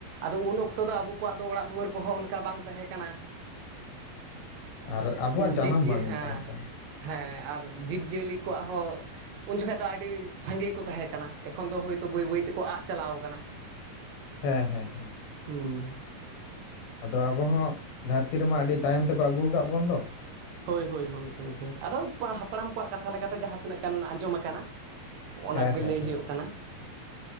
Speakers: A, on the right; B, on the left.
A: ᱟᱫᱚ ᱩᱱ ᱚᱠᱛᱚ ᱫᱚ ᱟᱵᱚᱣᱟᱜ ᱫᱚ ᱚᱲᱟᱜ ᱫᱩᱣᱟᱹᱨ ᱩᱣᱟᱹᱨ ᱠᱚᱦᱚᱸ ᱚᱱᱠᱟ ᱵᱟᱝ ᱛᱟᱦᱮᱸ ᱠᱟᱱᱟ᱾
B: ᱟᱨ ᱟᱵᱚᱣᱟᱜ ᱡᱟᱱᱟᱢ
A: ᱡᱤᱵᱽᱼᱡᱤᱭᱟᱹᱞᱤ
B: ᱵᱟᱝ
A: ᱦᱮᱸ
B: ᱛᱟᱦᱮᱸ ᱠᱟᱱᱟ
A: ᱦᱮᱸ ᱟᱨ ᱡᱤᱵᱽᱼᱡᱤᱭᱟᱹᱞᱤ ᱠᱚᱣᱟᱜ ᱦᱚᱸ ᱩᱱ ᱡᱚᱠᱷᱟᱡ ᱫᱚ ᱟᱹᱰᱤ ᱥᱟᱸᱜᱮ ᱠᱚ ᱛᱟᱦᱮᱸ ᱠᱟᱱᱟ᱾ ᱮᱠᱷᱚᱱ ᱫᱚ ᱦᱳᱭ ᱛᱚ ᱵᱟᱹᱭ ᱵᱟᱹᱭ ᱛᱮᱠᱚ ᱟᱫ ᱪᱟᱞᱟᱣ ᱠᱟᱱᱟ᱾
B: ᱦᱮᱸ ᱦᱮᱸ ᱦᱮᱸ
A: ᱦᱩᱸ᱾
B: ᱟᱫᱚ ᱟᱵᱚ ᱦᱚᱸ ᱫᱷᱟᱹᱨᱛᱤ ᱨᱮᱢᱟ ᱟᱹᱰᱤ ᱛᱟᱭᱚᱢ ᱛᱮᱠᱚ ᱟᱹᱜᱩ ᱟᱠᱟᱫ ᱵᱚᱱ ᱫᱚ ᱾
A: ᱦᱳᱭ ᱦᱳᱭ ᱦᱳᱭ ᱦᱳᱭ ᱦᱳᱭ᱾ ᱟᱫᱚ ᱯᱟ ᱦᱟᱯᱲᱟᱢ ᱠᱚᱣᱟᱜ ᱠᱟᱛᱷᱟ ᱞᱮᱠᱟᱛᱮ ᱡᱟᱦᱟᱸ ᱛᱤᱱᱟᱹᱜ ᱜᱟᱱ ᱟᱸᱡᱚᱢ ᱟᱠᱟᱱᱟ᱾ ᱚᱱᱟ
B: ᱦᱮᱸ
A: ᱠᱚᱜᱮ
B: ᱦᱮᱸ
A: ᱞᱟᱹᱭ
B: ᱦᱮᱸ
A: ᱦᱩᱭᱩᱜ ᱠᱟᱱᱟ᱾